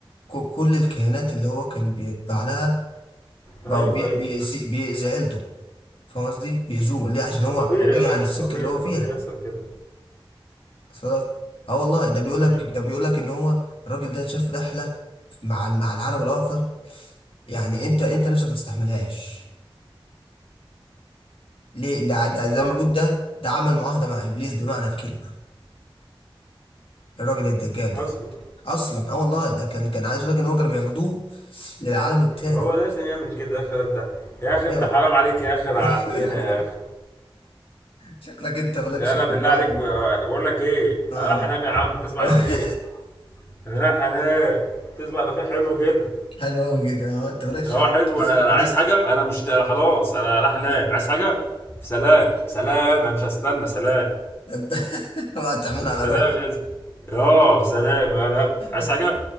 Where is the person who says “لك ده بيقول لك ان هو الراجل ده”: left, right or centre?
Left